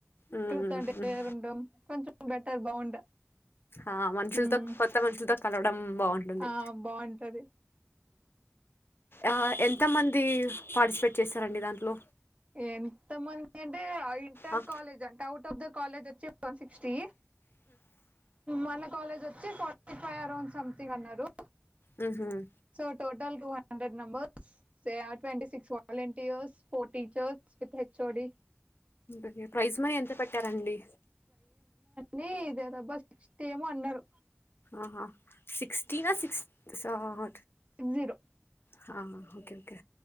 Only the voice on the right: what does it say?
truth and
dare ఉండం కొంచం బెటర్ బాగుండ
ఉమ్
ఆ బావుంటది
ఎంత మంది అంటే ఐదు ఇంటర్
కాలేజ్ అంట ఔట్ ఆఫ్ ద కాలేజ్ వచ్చి వన్ సిక్స్టీ మన కాలేజ్ వచి సి ఫోర్టిఫైవ్ అరౌండ్ సంథింగ్ అన్నారు
so total two hundred member సే ఆర్ ట్వంటీ సిక్స్ వాలైన్ స్ ఫోర్ టీచర్స్ వి చోడి
న ఇదేదబ్బా సిక్స్టీ ఏమో అన్నారు
సిక్స్ జీరో